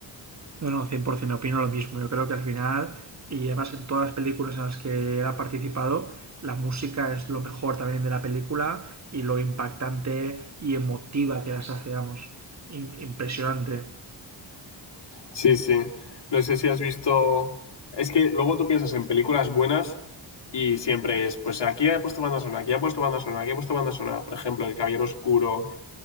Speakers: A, on the right; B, on the left.
A: No, no, 100% opino lo mismo. Yo creo que al final, y además en todas las películas en las que él ha participado, la música es lo mejor también de la película y lo impactante y emotiva que las hace, vamos. Im- impresionante.
B: Sí, sí. No sé si has visto... Es que luego tú piensas en películas buenas y siempre es, pues aquí ha puesto banda sonora, aquí ha puesto banda sonora, aquí ha puesto banda sonora. Por ejemplo, El Caballero Oscuro,